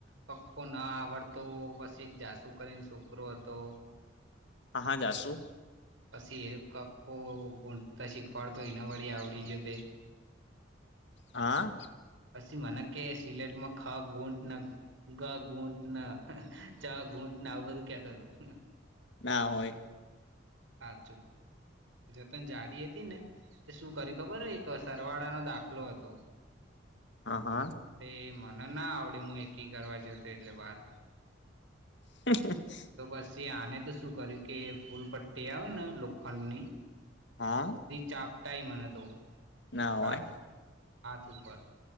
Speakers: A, on the right; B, on the left.
A: કક્કો ના આવડતો પછી જાસુ કરીને છોકરો હતો.
B: હા જાશુ
A: પછી એ કકો ગૂટતા શીખવાડતો એના વાળી આવડી જ તે
B: હા.
A: પછી મને કે સિલેટમાં ખા ઘૂંટ ના ગા ઘૂંટને ચા ઘૂંટના આ બધું કેતા હતા.
B: ના હોય.
A: સાચું. જતન જાડી હતી ને તે શું કર્યું ખબર હોય એક સરવાળાનો દાખલો હતો.
B: હ હા.
A: તે મને ના આવડે હું એકી કરવા જો તો એટલે બાર.
B: <inaudible>
A: તો પછી આને તો શું કર્યું કે ફૂલ પટ્ટી આવે ને લોખંડ ની
B: હા
A: ચાપટાાઈ મને તો
B: ના હોય
A: હાથ હાથ ઉપર